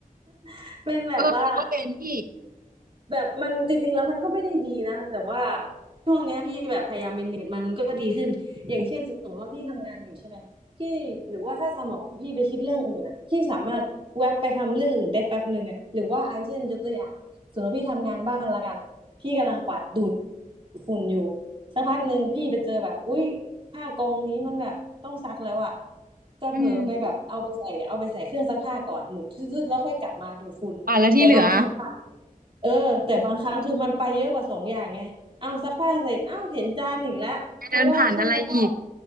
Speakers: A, on the right; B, on the right.
A: ๆเป็นแบบว่า
B: เออหนูก็เป็นพี่
A: แบบมันจริงๆแล้วมันก็ไม่ได้ดีนะแต่ว่าช่วงเนี้ยพี่แบบพยายามเมนเนจมันมันก็ดีขึ้นอย่างเช่นสมมติว่าพี่ทำงานอยู่ใช่ไหมพี่หรือว่าถ้าสมองพี่ไปคิดเรื่องอื่นอ่ะพี่สามารถแวบไปทำเรื่องอื่นได้แป๊บหนึ่งอ่ะหรือว่าอันเช่นยกตัวอย่างสมมติว่าพี่ทำงานบ้านละกันพี่กำลังกวาดดูดฝุ่นอยู่สักพักหนึ่งพี่ไปเจอแบบอุ๊ยผ้ากองนี้มันแบบต้องซักแล้วอ่ะจะเผลอไปแบบเอาไปใส่เอาไปใส่เครื่องซักผ้าก่อนหมุนชืดๆแล้วค่อยกลับมาดูดฝุ่น
B: อืมอ่ะแล้วที่เหลือ
A: แต่บางครั้งอะเออแต่บางครั้งคือมันไปเยอะกว่าสองอย่างไงเอาซักผ้าเสร็จ เอ้าเห็นจานอีกแล้ว
B: ไปเดินผ่านอะไรอีก
A: เพราะว่าเครื่องซักผ้า